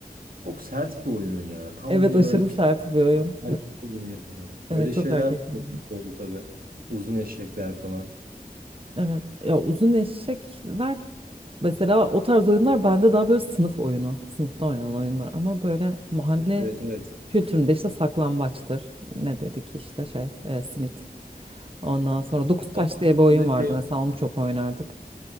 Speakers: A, on the right; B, on the right.
A: Çok sert bir oyun ya. Tam
B: Evet
A: bir
B: aşırı
A: böyle pit
B: sert bir oyun.
A: erkek oyunu yani.
B: Evet
A: Böyle
B: çok
A: şeyler
B: erkek
A: de
B: oyunu.
A: oldu tabii. Uzun eşekler falan.
B: Evet ya uzun eşekler Mesela o tarz oyunlar bende daha böyle sınıf oyunu, sınıfta oynanan oyunlar ama böyle mahalle
A: Evet evet.
B: kültüründe işte saklambaçtır. Ne dedik işte şey, e, simit. Ondan sonra dokuz
A: Saklambaçta
B: taş diye bir oyun
A: siz de
B: vardı
A: şey
B: mesela onu çok oynardık.